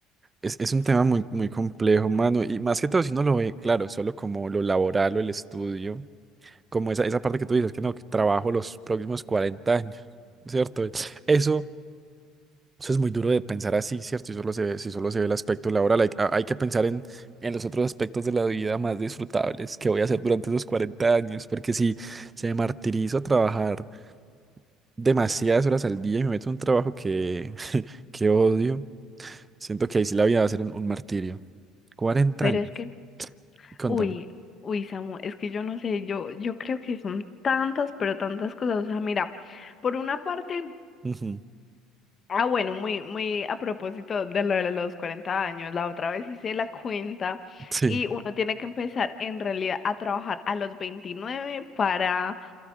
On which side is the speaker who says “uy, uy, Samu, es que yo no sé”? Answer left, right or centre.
Left